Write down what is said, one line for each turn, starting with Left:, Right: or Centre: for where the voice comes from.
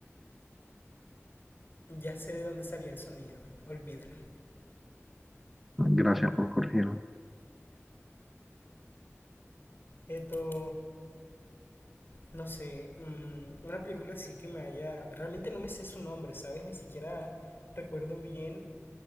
Left: Ya sé de dónde salía el sonido, olvídalo.
Centre: Gracias por corregirlo.
Left: Esto, no sé, mm, una película así que me haya... Realmente no me sé su nombre, ¿sabes? Ni siquiera recuerdo bien